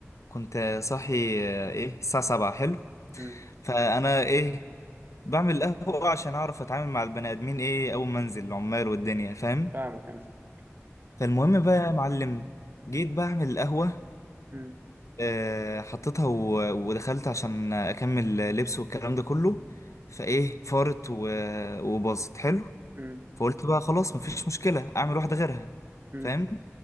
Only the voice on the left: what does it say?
كنت صاحي آه، ايه الساعة 7 حلو
فانا ايه بعمل قهوة عشان اعرف اتعامل مع البني ادمين ايه اول ما انزل العمال والدنيا فاهم
فالمهم بقى يا معلم جيت بعمل القهوة
آه، حطيتها و- ودخلت عشان أكمل لبس والكلام ده كله فإيه فارت و- وباظت حلو
فقلت بقى خلاص مفيش مشكلة أعمل واحدة غيرها
فاهم